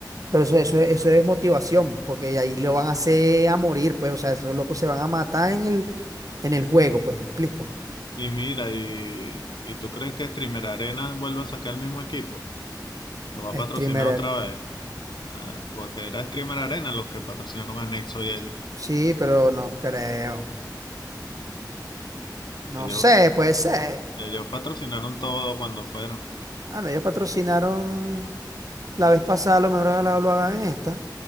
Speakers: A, on the right (about 50°); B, on the left (about 80°).
A: Pero eso, eso, es- eso es motivación, porque ahí lo van a hacer a morir, pues, o sea, esos locos se van a matar en el, en el juego, pues, me explico.
B: Y mira, y, ¿y tú crees que Streamer Arena vuelve a sacar el mismo equipo? ¿Lo va
A: Streamer,
B: a patrocinar otra vez? Ah, porque era Streamer Arena los que patrocinaron a Nexo y ellos.
A: sí, pero no creo. No
B: Ellos,
A: sé,
B: eh,
A: puede ser.
B: ellos patrocinaron todo cuando fueron.
A: Ah, no, ellos patrocinaron la vez pasada, a lo mejor ahora lo, hagan en esta.